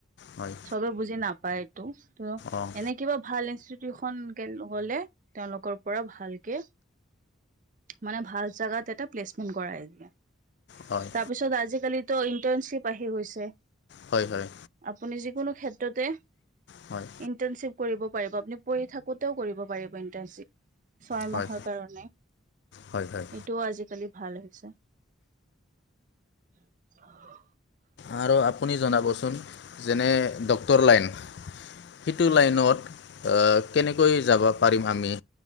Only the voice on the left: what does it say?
হয়।
অঁ
হয়
হয় হয়।
হয়।
হয়
হয়
হয় হয়
আৰু আপুনি জনাবচোন যেনে ডক্টৰ লাইন সিটো লাইনত আ, কেনেকৈ যাব পাৰিম আমি?